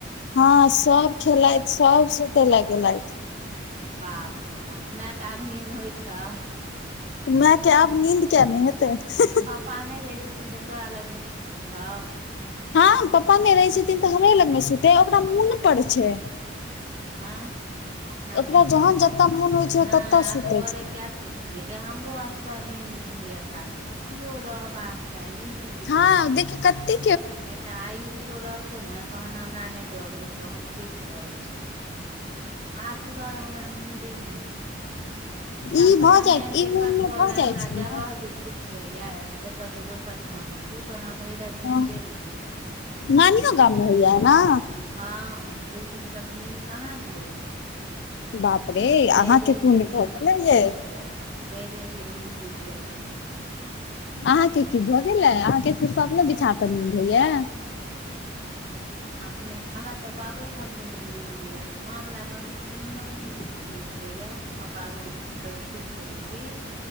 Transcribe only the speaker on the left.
हँ सब खेलथि सब सुते ल गेलेलथ
माय के आब नींद किया नहि हेत
हँ पप्पा मे रहे छथिन तऽ हमरे लग मे सुते ओकरा मन पर छ
ओकरा जहन
जतऽ मोन होइ छै ओ
ततऽ
सुते
छै
हँ देखू काते
ई भऽ
जाइ
ई
मोन मे
भऽ जाइ
छै
ने
हँ
नानियो गाम मेंहोइय है न
बाप रे
अहाँके
कोन
भऽ गेलै
ये
अहाँ के की भऽ गेलै अहाँके सिर्फ अपनो बिछा पर नीद होइय